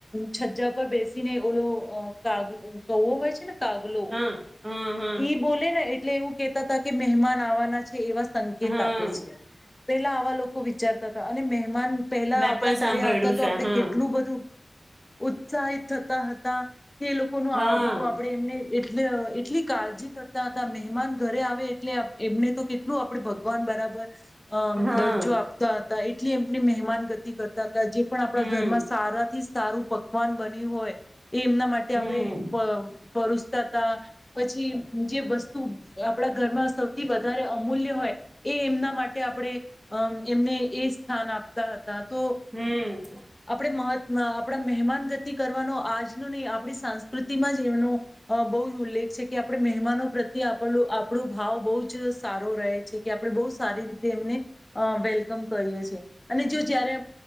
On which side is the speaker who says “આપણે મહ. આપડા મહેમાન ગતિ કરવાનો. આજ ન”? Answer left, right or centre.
Left